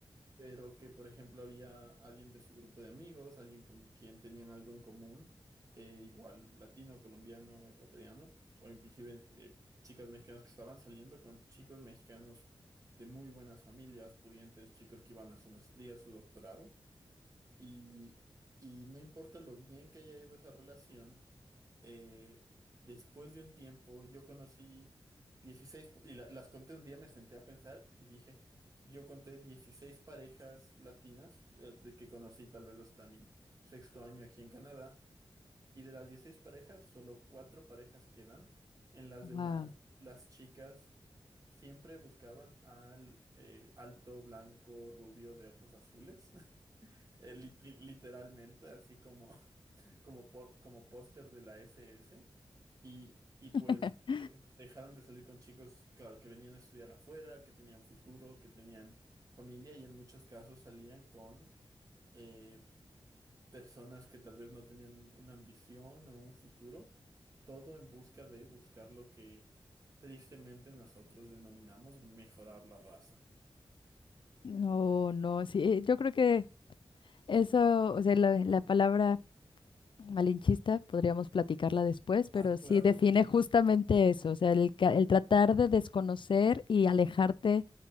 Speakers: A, on the right (about 40°); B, on the left (about 65°).
A: pero que por ejemplo había alguien de su grupo de amigos, alguien con quien tenían algo en común, eh, igual latino, colombiano, ecuatoriano, o inclusive eh, chicas mexicanas que estaban saliendo con chicos mexicanos de muy buenas familias, pudientes, chicos que iban a su maestría, su doctorado. Y, y no importa lo bien que haya ido esa relación, eh, después de un tiempo yo conocí 16 y la- las conté un día, me senté a pensar y dije, yo conté 16 parejas latinas eh, de que conocí tal vez hasta mi sexto año aquí en Canadá, y de las 16 parejas, solo cuatro parejas quedan. En las
B: Wow.
A: demás, las chicas siempre buscaban al eh, alto, blanco, rubio de ojos azules. Eh, li- li- literalmente, así como, <laughs> como, po- como póster de la SS. Y, y pues
B: <laughs>
A: de- dejaron de salir con chicos, claro, que venían a estudiar afuera, que tenían futuro, que tenían familia y en muchos casos salían con eh, personas que tal vez no tenían una ambición o un futuro, todo en busca de buscar lo que tristemente nosotros denominamos mejorar la raza.
B: No, no, sí, eh, yo creo que eso, o sea, la, la palabra malinchista, podríamos platicarla después, pero
A: Ah, claro,
B: sí define justamente eso, o sea, el, ca- el tratar de desconocer y alejarte